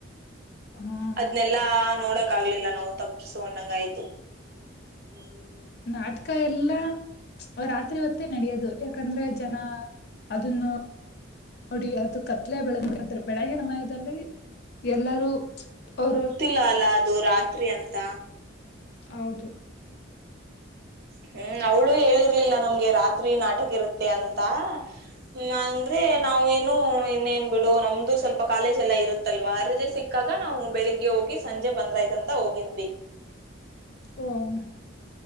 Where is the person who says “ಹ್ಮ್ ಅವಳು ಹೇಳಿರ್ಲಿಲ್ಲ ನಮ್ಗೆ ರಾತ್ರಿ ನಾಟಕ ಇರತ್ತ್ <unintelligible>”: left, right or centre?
Right